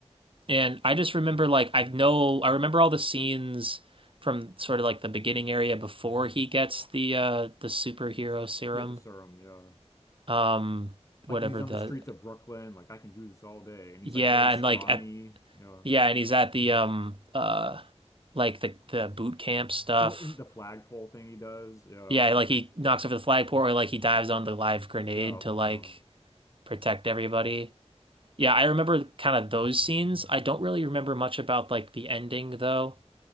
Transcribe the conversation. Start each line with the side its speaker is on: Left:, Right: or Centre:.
Right: And I just remember like I know I remember all the scenes from sort of like the beginning area before he gets the uh the superhero serum.
Left: Yeah, the serum. Yeah.
Right: Um
Left: Like
Right: whatever
Left: when he's on
Right: the
Left: the streets of Brooklyn, like I can do this all day. And he's
Right: yeah,
Left: like really scrawny.
Right: and like at
Left: Yeah.
Right: yeah, and he's at the um uh like the the boot camp stuff.
Left: You know, in the flagpole thing he does. Yeah.
Right: Yeah, like he knocks over the flagpole or like he dives on the live grenade
Left: Yeah.
Right: to like
Left: Yeah.
Right: protect everybody. Yeah, I remember kind of those scenes. I don't really remember much about like the ending though.